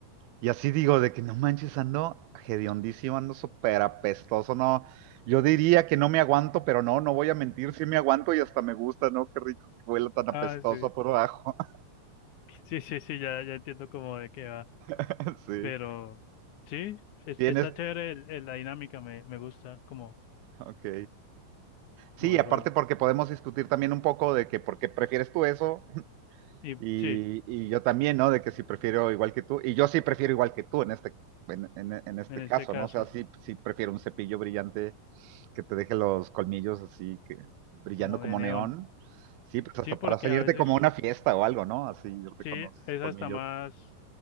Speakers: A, on the right; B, on the left.
A: Y así digo, de que no manches, ando hediondísimo, ando súper apestoso, no. Yo diría que no me aguanto, pero no, no voy a mentir, sí me aguanto y hasta me gusta, ¿no? Qué rico que huela tan apestoso
B: Ah, sí.
A: por abajo.
B: Sí, sí, sí, ya, ya entiendo como de qué va.
A: <laughs> Sí.
B: Pero sí, es-
A: Tienes,
B: está chévere el- el- la dinámica, me, me gusta como,
A: ok. Sí,
B: como el
A: aparte
B: juego.
A: porque podemos discutir también un poco de que por qué prefieres tú eso
B: Y
A: Y,
B: sí,
A: y, yo también, ¿no? De que sí prefiero igual que tú. Y yo sí prefiero igual que tú en este, en, en, en este
B: en este
A: caso,
B: caso,
A: ¿no? O sea, sí, sí prefiero un cepillo brillante que te deje los colmillos así, que, brillando
B: como
A: como
B: de neón.
A: neón. Sí, pues hasta
B: Sí, porque
A: para salirte
B: a veces
A: como a una fiesta o algo, ¿no? Así, irte
B: Sí,
A: con los
B: es
A: colmillos.
B: hasta más,